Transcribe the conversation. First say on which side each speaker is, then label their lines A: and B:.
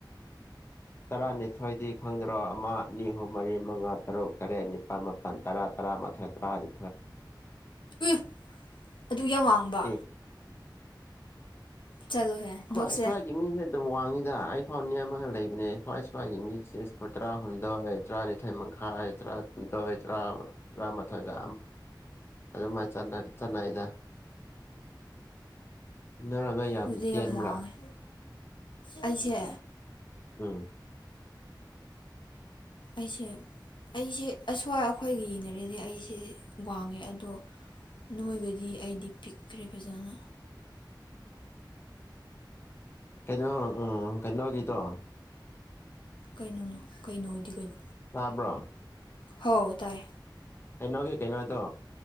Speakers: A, on the left; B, on the left.
A: ꯇꯔꯥꯅꯤꯊꯣꯏꯗꯤ ꯈꯪꯗ꯭ꯔꯣ ꯑꯃ ꯅꯤꯍꯨꯝ ꯃꯔꯤ ꯃꯉꯥ ꯇꯔꯨꯛ ꯇꯔꯦꯠ ꯅꯤꯄꯥꯜ ꯃꯥꯄꯜ ꯇꯔꯥ ꯇꯔꯨ ꯇ ꯃꯊ ꯇ ꯔꯥꯖꯤ
B: ꯎ ꯑꯗꯨ ꯌꯥꯝ ꯋꯥꯡꯕ
A: ꯑꯦ
B: ꯆꯠꯂꯣꯍꯦ ꯅꯣꯛꯁꯦ
A: ꯎꯝ ꯁꯃꯒꯤ ꯃꯤ ꯑꯗꯨꯝ ꯋꯥꯡꯉꯤꯗ ꯑꯩ ꯐꯥꯎꯅꯤ ꯑꯃꯒ ꯂꯩꯕꯅꯦ ꯁ꯭ꯋꯥꯏ ꯁ꯭ꯋꯥꯏꯒꯤ ꯃꯤ ꯆꯦꯐꯨ ꯇꯔꯥꯍꯨꯝꯗꯣꯏ ꯇꯔꯥꯅꯤꯊꯣꯏꯃꯨꯛ ꯈꯆꯔꯥꯔ ꯃꯊꯒ ꯑꯗꯨꯃꯥꯏ ꯆ ꯆꯠꯅꯏꯗ ꯅꯔꯅ ꯌꯥꯝꯅ
B: ꯑꯗꯨꯗꯤ
A: ꯇꯦꯟꯕ꯭ꯔꯥ
B: ꯌꯥꯝ ꯋꯥꯡꯉꯦ ꯑꯩꯁꯦ
A: ꯎꯝ <inaudible>
B: ꯑꯩꯁꯦ ꯑꯩꯁꯦ ꯑꯁ꯭ꯋꯥꯏ ꯑꯩꯈꯣꯏꯒ ꯌꯦꯡꯅꯔꯤꯗꯤ ꯑꯩꯁꯦ ꯋꯥꯡꯉꯦ ꯑꯗꯣ ꯅꯣꯏꯕꯗꯤ ꯑꯩꯗꯤ ꯄꯤꯛꯈ꯭ꯔꯦ ꯐꯖꯅ
A: ꯀꯩꯅꯣ ꯎꯝ ꯀꯩꯅꯣ ꯀꯇꯣ
B: ꯀꯩꯅꯣꯅꯣ ꯀꯩꯅꯣꯗꯤ ꯀꯩꯅꯣ
A: ꯇꯥꯕ꯭ꯔꯣ
B: ꯍ ꯇꯥꯏ
A: ꯑꯦꯅꯣ ꯀ ꯀꯩꯅꯣ ꯇꯣ